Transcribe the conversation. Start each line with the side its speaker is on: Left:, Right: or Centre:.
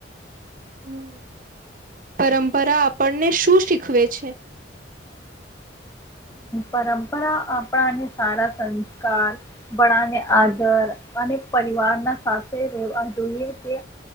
Right: હં, પરંપરા આપણને શું શીખવે છે?
Left: પરંપરા આપણાને સારા સંસ્કાર, બળાને આદર અને પરિવારના સાથે રહેેવા જોઈએ, તે